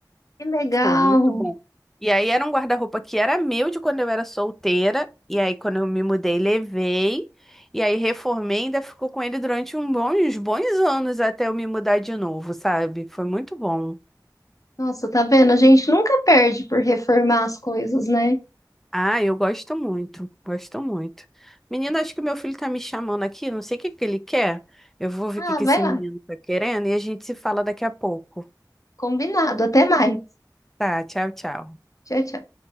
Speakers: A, on the left; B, in the centre.
A: Que legal.
B: Ficou muito bom. E aí era um guarda-roupa que era meu de quando eu era solteira. E aí quando eu me mudei, levei. E aí reformei, ainda ficou com ele durante um bom- uns bons anos até eu me mudar de novo, sabe? Foi muito bom.
A: Nossa, tá vendo? A gente nunca perde por reformar as coisas, né?
B: Ah, eu gosto muito, gosto muito. Menina, acho que o meu filho tá me chamando aqui, não sei o que que ele quer. Eu vou ver
A: Ah,
B: o que que esse
A: vai lá.
B: menino tá querendo e a gente se fala daqui a pouco.
A: Combinado. Até mais.
B: Tá, tchau, tchau.
A: Tchau, tchau.